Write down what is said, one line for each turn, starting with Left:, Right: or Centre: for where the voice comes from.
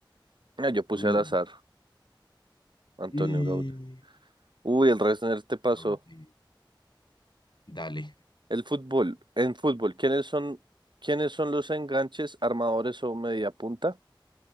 Right: Ah, yo puse
Left: Uy,
Right: al azar, Antonio
Left: y...
Right: Gaudí. Uy, el Resner te pasó.
Left: Gaudí. Dale.
Right: El fútbol, en fútbol, ¿quiénes son, quiénes son los enganches, armadores o mediapunta?